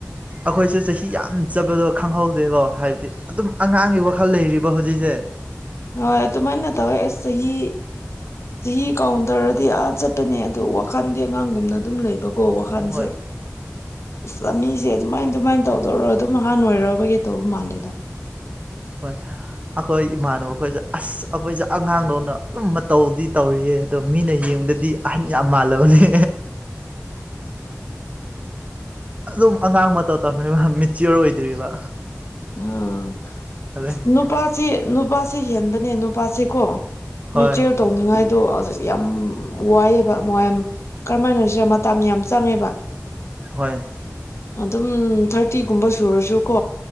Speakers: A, on the right (about 25°); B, on the left (about 60°).
A: ꯑꯩꯈꯣꯏꯁꯨ ꯆꯍꯤ ꯌꯥꯝ ꯆꯕꯗꯣ ꯈꯪꯍꯧꯗꯦꯀꯣ ꯍꯥꯏꯕꯗꯤ ꯑꯗꯨꯝ ꯑꯉꯥꯡꯒꯤ ꯋꯥꯈꯜ ꯂꯩꯔꯤꯕ ꯍꯧꯖꯤꯛꯁꯦ
B: ꯍꯣꯏ ꯑꯗꯨꯃꯥꯏꯅ ꯇꯧꯋꯦ ꯑꯦꯁ ꯆꯍꯤ ꯆꯍꯤ ꯀꯥꯎꯟꯇꯔꯗꯤ ꯑꯥ ꯆꯠꯄꯅꯦ ꯑꯗꯨ ꯋꯥꯈꯜꯗꯤ ꯑꯉꯥꯡꯒꯨꯝꯅ ꯑꯗꯨꯝ ꯂꯩꯕ ꯀꯣ ꯋꯥꯈꯜꯁꯦ
A: ꯍꯣꯏ
B: ꯑ ꯆꯥ ꯃꯤꯁꯦ ꯑꯗꯨꯃꯥꯏ ꯑꯗꯨꯃꯥꯏꯅ ꯇꯧꯗꯧꯔ ꯑꯗꯨꯝ ꯅꯍꯥꯟ ꯑꯣꯏꯔꯛꯑꯔꯕꯒꯦ ꯇꯧꯕ ꯃꯥꯜꯂꯦꯗ
A: ꯍꯣꯏ ꯑꯩꯈꯣꯏ ꯏꯃꯥꯟꯅꯕ ꯈꯣꯏꯁꯦ ꯑꯁ ꯑꯩꯈꯣꯏꯁꯦ ꯑꯉꯥꯡꯗꯣꯅ ꯑꯗꯨꯝ ꯃꯇꯧꯗꯤ ꯇꯧꯔꯤꯌꯦꯅ ꯑꯗꯣ ꯃꯤꯅ ꯌꯦꯡꯕꯗꯗꯤ ꯑꯍꯟ ꯌꯥꯝ ꯃꯥꯜꯂꯕꯅꯦ ꯑꯗꯨꯝ ꯑꯉꯥꯡ ꯃꯇꯧ ꯇꯝꯃꯤꯕ ꯃꯦꯆꯤꯌꯣꯔ ꯑꯣꯏꯗ꯭ꯔꯤꯕ
B: ꯑꯥ
A: ꯑꯗꯒꯤ
B: ꯅꯨꯄꯥꯁꯤ ꯅꯨꯄꯥꯁꯤ ꯍꯦꯟꯕꯅꯦ ꯅꯨꯄꯥꯁꯤꯀꯣ
A: ꯍꯣꯏ
B: ꯃꯦꯆ ꯇꯧꯅꯤꯡꯉꯥꯏꯗꯣ ꯌꯥꯝ ꯋꯥꯏꯑꯦꯕ ꯃꯌꯥꯝ ꯀꯔꯝꯍꯥꯏꯅꯔꯤꯁꯤꯔ ꯃꯇꯝ ꯌꯥꯝ ꯆꯪꯉꯦꯕ
A: ꯍꯣꯏ
B: ꯑꯗꯨꯝ ꯊꯥꯔꯇꯤꯒꯨꯝꯕ ꯁꯨꯔꯁꯨꯀꯣ